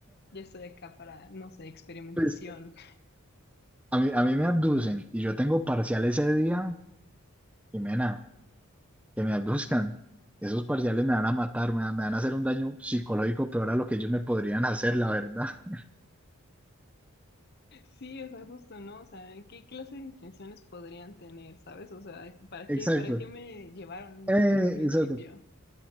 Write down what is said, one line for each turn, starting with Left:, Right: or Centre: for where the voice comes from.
Left: ya estoy acá para, no sé, experimentación.
Centre: Pues
Left: <laughs>
Centre: a mí, a mí me abducen y yo tengo parcial ese día, Jimena, que me abduzcan. Esos parciales me van a matar, me, van- me van a hacer un daño psicológico peor a lo que ellos me podrían hacer, la verdad. <laughs>
Left: Sí, o sea, justo, ¿no? O sea, ¿qué clase de intenciones podrían tener, ¿sabes? O sea, ¿para
Centre: Exacto.
Left: qué, para qué me llevaron en
Centre: Eh,
Left: en un principio?
Centre: exacto.